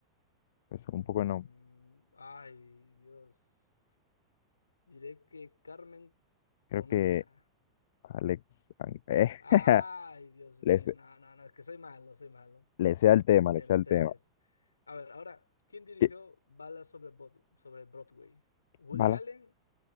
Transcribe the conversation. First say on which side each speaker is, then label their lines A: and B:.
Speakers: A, on the left (about 55°); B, on the left (about 75°).
A: Eso
B: Mm,
A: es un poco no.
B: ay, Dios. Diré que Carmen
A: Creo
B: Conesa.
A: que Alex... Ang- eh,
B: Ay,
A: <laughs>
B: Dios
A: le,
B: mío,
A: sé-
B: no, no, no, es que soy malo, soy malo
A: le sea el tema,
B: en
A: le sea
B: las
A: el
B: series.
A: tema.
B: A ver, ahora, ¿quién dirigió
A: ¿Qué?
B: Balas sobre, Bot- sobre Broadway? ¿Woody
A: Balas.
B: Allen?